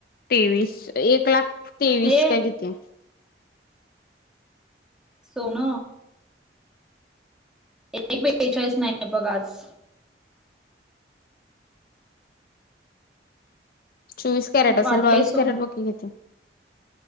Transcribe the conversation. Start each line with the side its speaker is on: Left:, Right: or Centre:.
Left: तेवीस, एक लाख तेवीस
Centre: ए
Left: काय किती हाय.
Centre: सोन. एक बेचाळीसन आहे बघ आज.
Left: चोवीस कॅरेट
Centre: वाढलंय
Left: असेल, बावीस
Centre: सोनं.
Left: कॅरेट बघकी किती?